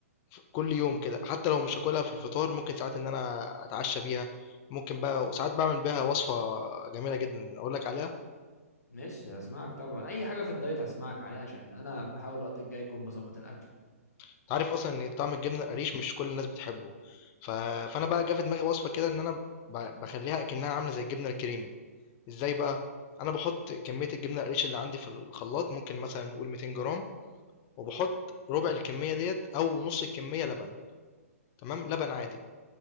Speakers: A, on the left; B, on the left.
A: ف كل يوم كده، حتى لو مش هاكلها في الفطار ممكن ساعات إن أنا أتعشى بيها، ممكن بقى وساعات باعمل بيها وصفة جميلة جدًا أقول لك عليها،
B: ماشي هسمعك طبعا اي حاجة في الدايت هسمعك عليها عشان انا بحاول الوقت الجاي اكون بظبط الاكل
A: أنت عارف أصلًا إن طعم الجبنة القريش مش كل الناس بتحبه، ف فأنا بقى جه في دماغي وصفة كده إن أنا ب باخلّيها أكنها عاملة زي الجبنة الكريمي، إزاي بقى؟ أنا باحط كمية الجبنة القريش اللي عندي في الخلاط ممكن مثلًا نقول 200 جرام، وباحط ربع الكمية ديّة أو نص الكمية لبن، تمام، لبن عادي.